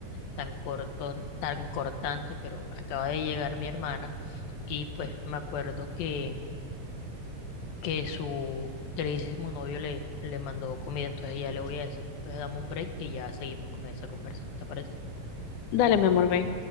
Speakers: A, on the left; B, on the left.
A: tan corto, tan cortante, pero acaba de llegar mi hermana y pues me acuerdo que que su queridísimo novio le, le mandó comida, entonces ya le voy a decir, entonces dame un break y ya seguimos con esa conversa, ¿te parece?
B: Dale, mi amor, ve.